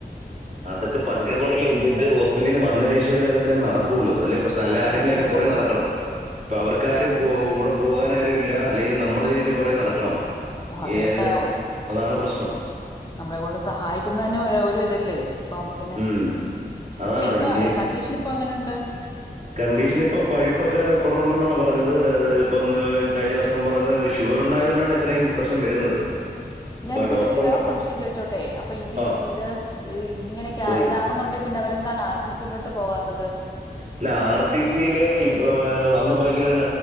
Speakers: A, on the right (about 45°); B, on the left (about 20°).
A: അതൊക്ക പതുക്ക കൊണ്ടല്ലേ.. ഇത് ഹോസ്പറ്റലിന്ന് വന്നയിന് ശേഷല്ലേ അതൊക്കെ നടക്കുള്ളു അതല്ലേ പ്രശ്നം അല്ലേ ആരെങ്കിലും
B: അങ്ങനെയുണ്ടല്ലേ
A: അതിന്റെ പു റെ നടക്കണം പ്പൊ അവർക്കാരും
B: ഉം
A: പോ കൂടെ പോ കാനാരു രൂല്ല അല്ലങ്കിൽ നമ്മള് തിന്റെ പുറകെ നടക്കണംഏ
B: ഓഹ് അതിനൊക്കെ
A: തെ അതാണ് പ്രശ്നം
B: നമ്മളെ കൊണ്ട് സഹായിക്കുന്ന തന്നെ ഒരു ഇതല്ലേ പോമ്പോ പിന്നെ
A: ഉം അതാണ്
B: ഇപ്പൊ എന്തൊ
A: ഇനി
B: കണ്ടീഷൻ ഇപ്പൊ എങ്ങനെണ്ട്
A: കണ്ടീഷൻ ഇപ്പം പഴുപ്പൊക്കെ കുറവുണ്ടെന്നാണ് പറഞ്ഞത് ഇപ്പം കഴിഞ്ഞോസം പറഞ്ഞ വിഷു ഇവറ് ഉണ്ടായത് ണ്ടാണ് ഇത്രയും പ്രശ്നം വരുന്നത്
B: ഞാൻ
A: അപ്പൊ
B: ഇതിന്റെ
A: ഡോക്ടർ
B: ഇടയ്ക്ക് വേറെ
A: പറ
B: സംശയം ചോദിച്ചോട്ടെ അപ്പൊ ഇത്
A: ആ
B: ഇത് ഇങ്ങനെയൊക്കെ
A: ചോദിക്ക
B: ആയതാണെന്നുണ്ടെ പിന്നെ അവരെന്താണ് ആർ സി സയിലോട്ട് പോവാത്തത്
A: അല്ല ആർ സി സിയില് ഇപ്പ അന്ന് ഭയങ്കര